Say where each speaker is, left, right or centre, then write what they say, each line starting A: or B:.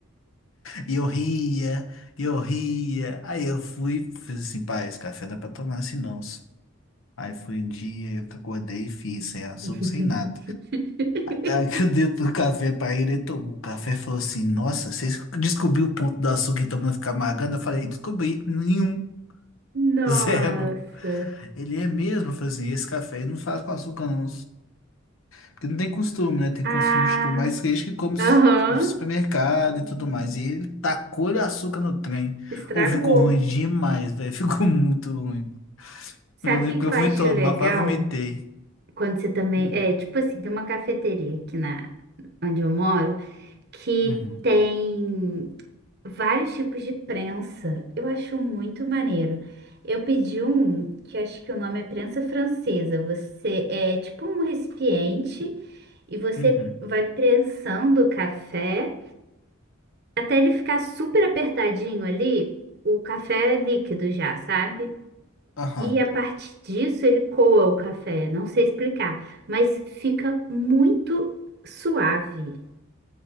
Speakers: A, on the left; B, on the right.
A: E eu ria, e eu ria. Aí eu fui, fiz assim, pai, esse café não é pra tomar assim não. só." Aí foi um dia, eu acordei e fiz, sem açúcar,
B: <laughs>
A: sem nada. Aí que eu dei o café pra ele, ele tomou o café e falou assim, nossa, você descobriu o ponto do açúcar então não ficar amargando? Eu falei, descobri, nenhum,
B: Nossa.
A: <laughs> zero. Ele é mesmo, eu falei assim, esse café eu não faz com açúcar não. Porque não tem costume, né? Tem
B: Ah,
A: costume de tomar esse queijo que come
B: aham,
A: su- supermercado e tudo mais. E ele tacou-lhe açúcar no trem.
B: estragou.
A: Ou ficou ruim demais, velho. <laughs> Ficou muito ruim.
B: Sabe
A: Eu lembro
B: o que que
A: que eu
B: eu
A: fui
B: acho
A: tomar,
B: legal?
A: quase vomitei.
B: Quando você também.
A: Hum,
B: É, tipo assim, tem uma cafeteria aqui na onde eu moro que
A: Uhum.
B: tem. vários tipos de prensa. Eu acho muito maneiro. Eu pedi um que eu acho que o nome é prensa francesa. Você é tipo um recipiente e você
A: Uhum.
B: vai prensando o café até ele ficar super apertadinho ali, o café é líquido já, sabe?
A: Aham.
B: E a partir disso ele coa o café, não sei explicar, mas fica muito suave.